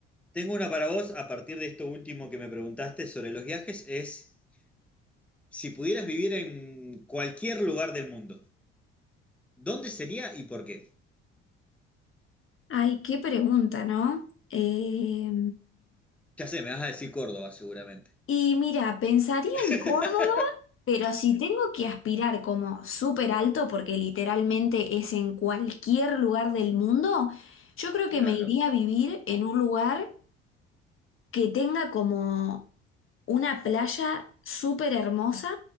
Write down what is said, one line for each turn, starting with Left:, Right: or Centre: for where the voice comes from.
Centre: Tengo una para vos a partir de esto último que me preguntaste sobre los viajes, es si pudieras vivir en cualquier lugar del mundo, ¿dónde sería y por qué?
Left: Ay, qué pregunta, ¿no? Eh,
Centre: Ya sé, me vas a decir Córdoba seguramente.
Left: y mira, pensaría
Centre: <laughs>
Left: en Córdoba, pero si tengo que aspirar como súper alto, porque literalmente es en cualquier lugar del mundo, yo creo que
Centre: Claro.
Left: me iría a vivir en un lugar. que tenga como una playa súper hermosa